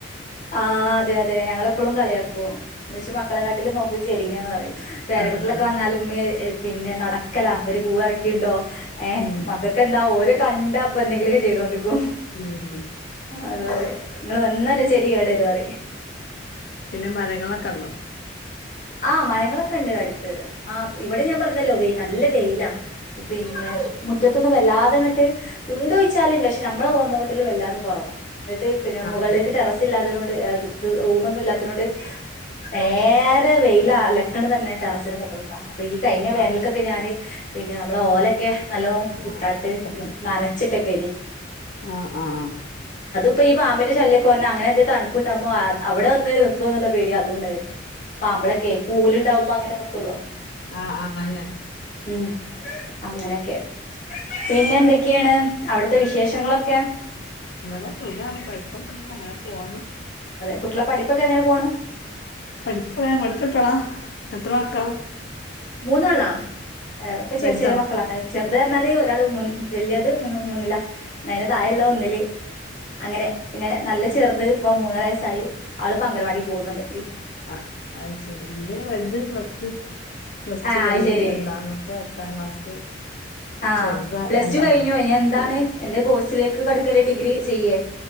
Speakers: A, on the left; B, on the left.
A: ആ അതെ അതെ ഞങ്ങള് എപ്പോഴും കളിയാക്കൂ മ്മച്ചി മക്കളെ കാട്ടിലും നോക്കും ചെടികളെന്ന് പറഞ്ഞു പേരക്കുട്ടിലൊക്കെ
B: ആഹ്
A: വന്നാലും ഉമ്മേ പിന്നെ നടക്കല അവര് പൂവ് പറിക്കിണ്ടോ ഏഹ്
B: ഉം
A: മക്കൾക്കെ എന്താ ഓര് കണ്ട അപ്പ എന്തെങ്കിലുമൊക്കെ ചെയ്തോണ്ടിരിക്കോ
B: ഉം
A: അത് ങ്ങള് വന്ന ന്റെ ചെടി കേട് വരും പറയും
B: പിന്നെ മരങ്ങളൊക്കെണ്ടോ
A: ആ് മരങ്ങളൊക്കെ ഉണ്ട് അടുത്ത് ആ ഇവിടെ ഞാൻ പറഞ്ഞല്ലോ വെ നല്ല വെയിലാ പിന്നെ മുറ്റത്തൊന്നും വല്ലാതെങ്ങട്ട് ചോദിച്ചാലുണ്ട് പക്ഷെ നമ്മളെ കോമ്പൗണ്ടില് വല്ലാതെ കൊറവ ന്നിട്ട് പിന്നെ
B: ആഹ്
A: മുകളിലേക്ക് ടെറസ് ഇല്ലാത്തതിനോ റൂ ല്ലാത്തിനോട് നേരെ വെയില് അലക്കണ തന്നെ ടെറസിന് മുകളൾക്ക അപ്പൊ ഈ കഴിഞ്ഞ വേനലക്കൊക്കെ
B: ആഹ്
A: ഞാന് പിന്നെ നമ്മുടെ ഓലൊക്കെ നല്ലോ
B: ആഹ്
A: ഉട്ടാട്ട്
B: ഇട്ടക്കറി
A: നനച്ചിട്ടക്കൈനു
B: ആഹ് ആഹ് ആ
A: ഇപ്പൊ ഈ പാമ്പിന്റെ ശല്യകൊവേരണ് എന്തൊ തണുപ്പുണ്ടാുമോ അവിടെ വന്ന് നിൽക്കുവ എന്ന പേടി അതുകൊണ്ടായിരുന്നു പാമ്പളൊക്കെ പൂലുണ്ടാവുമ്പോ അങ്ങനെ നിക്കൊല്ലോ
B: ആഹ് ആഹ് അല്ലേ
A: ഉം അങ്ങനെയൊക്കെ പിന്നെ എന്തൊക്കെയാണ് അവിടുത്തെ വിശേഷങ്ങളൊക്കെ
B: ഇവിടെ സുഖാണ് കുഴപ്പൊന്നൂല്യ അങ്ങനെ പോുന്നു
A: കുട്ടളെ പഠിപ്പൊക്കെ എങ്ങനെ പോണു
B: പഠിപയാ പഠിച്ചട്ട്യളാ എത്രവക്കള
A: മൂന്നാളാ ഒക്കെ ചെറ്യ
B: വലുതോ
A: ചെറ്യ മക്കളാണ് ചെറ അത്റഞ്ഞാല് ഒരാള് വെല്യത് മൂന്നിലാ നേരെ താഴള്ളത് ഒന്നില് അങ്ങനെ പിന്നെ നല്ല ചെറുത് ഇപ്പ മൂന്നരസ്സായി ആളിപ്പോ അംഗൻവാടി പോന്നുണ്ട്
B: ആ അത് ശരി ന്റെ വലുത് പ്ലസ്ട് പ്ലസ്റ്റ്
A: ആഹ്
B: കഴിഞ്ഞ്
A: അത് ശരി
B: രണ്ടാമത്തെ ട്ടാം ക്ലാസ്
A: ആ
B: ചെറുത്
A: പ്ലസ്
B: രണ്ടാം
A: ടു കഴിഞ്ഞുവോനി
B: ക്ലാസ്
A: എന്താണ് എന്തേ കോഴ്സിലേക്ക് കടക്കല് ഡിഗ്രി ചെയ്യേ